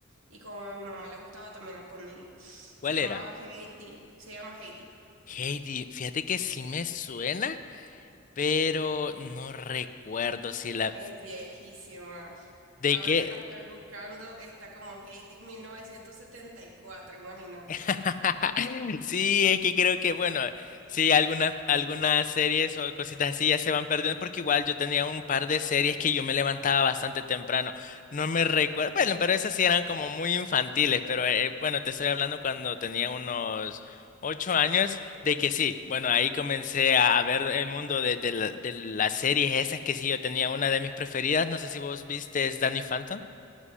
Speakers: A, on the right; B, on the left.
A: Y como a mi mamá le gustaba, también la ponía. Se
B: ¿Cuál
A: llamaba
B: era?
A: Heidi. Se llama Heidi.
B: Heidi, fíjate que sí me suena. pero no recuerdo si la...
A: Es viejísima.
B: ¿De
A: Ahora
B: qué?
A: que la estoy buscando, está como Heidi 1974, imagínate.
B: <laughs> Sí, es que creo que, bueno, sí, algunas, algunas series o cositas así ya se van perdiendo porque igual yo tenía un par de series que yo me levantaba bastante temprano. No me recuerdo, bueno, pero esas sí eran como muy infantiles, pero eh, bueno, te estoy hablando cuando tenía unos ocho años de que sí, bueno, ahí comencé a, a ver el mundo de, de la- de las series esas que sí, yo tenía una de mis preferidas, no sé si vos viste Danny Phantom.